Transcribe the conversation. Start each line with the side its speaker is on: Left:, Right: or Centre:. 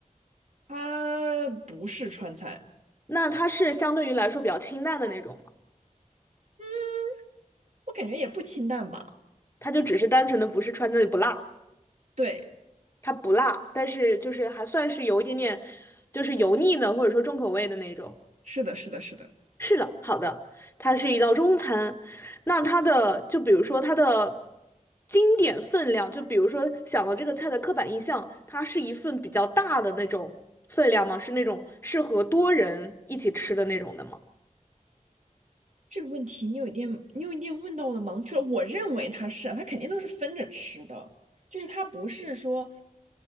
Right: 它不是川菜，
Left: 那它是相对于来说比较清淡的那种吗
Right: 嗯，我感觉也不清淡吧。
Left: 它就只是单纯的不是川菜不辣，
Right: 对，
Left: 它不辣，但是就是还算是有一点点，就是油腻的或者说重口味的那种。
Right: 是的，是的，是的。
Left: 是的，好的，它是一道中餐。那它的就比如说它的经典分量，就比如说想到这个菜的刻板印象，它是一份比较大的那种分量吗？是那种适合多人一起吃的那种的吗？
Right: 这个问题你有一点，你有一点问到我的盲区了。我认为它是啊，它肯定都是分着吃的，就是它不是说